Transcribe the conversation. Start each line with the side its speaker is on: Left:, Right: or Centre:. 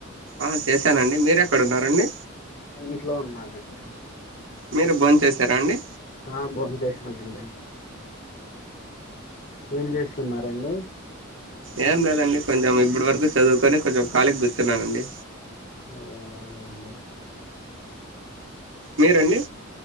Right: ఆ చేశానండి. మీరు ఎక్కడ ఉన్నారండి.
Left: ఇంట్లో ఉన్నానండి.
Right: మీరు బోంచేసారా అండి
Left: ఆ బోంచేసానండి. ఏం చేస్తున్నారండి.
Right: ఏం లేదండి. కొంచం ఇప్పుడు వరకు చదువుకొని కొంచెం ఖాళీకి కూర్చున్నానండి.
Left: ఓ అలాగే అండి
Right: మీరండి.